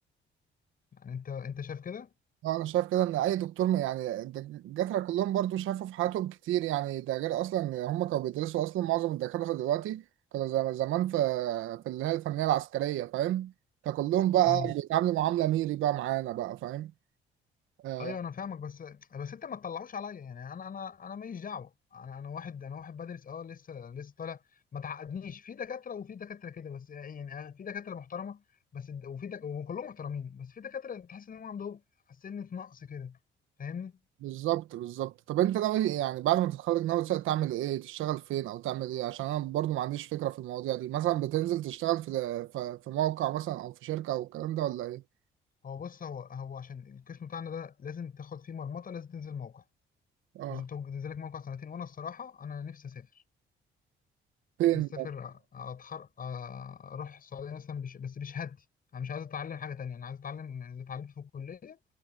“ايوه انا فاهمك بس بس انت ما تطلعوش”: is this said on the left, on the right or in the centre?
Left